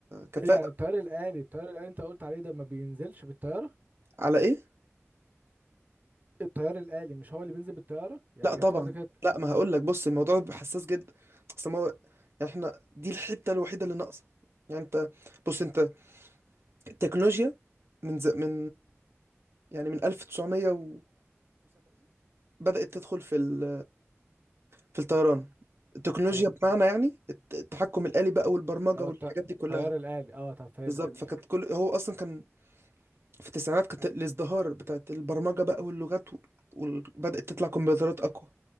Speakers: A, on the right; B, on the right.
A: كفاءة
B: ايه ده يعني الطيار الآلي الطيار الآلي انت قلت عليه ده ما بينزلش بالطيارة
A: على ايه
B: الطيار الآلي مش هو اللي بينزل بالطيارة يعني
A: لا
B: انا
A: طبعا
B: افتكرت كده
A: لا ما هقول لك بص الموضوع بيبقى حساس جدا اصل ما هو يعني احنا دي الحته الوحيده اللي ناقصه يعني انت بص انت التكنولوجيا من ز... من يعني من 1970 بدأت تدخل في ال... في الطيران التكنولوجيا
B: حلو
A: بمعنى يعني الت- التحكم الآلي بقى والبرمجة
B: اللي هو
A: والحاجات
B: الط-
A: دي
B: الطيار
A: كلها
B: الآلي اه طب فهمتك
A: بالظبط فكانت كل هو اصلا كان في التسعينات كانت الازدهار بتاعت البرمجة بقى واللغات وبدأت تطلع كمبيوترات اقوى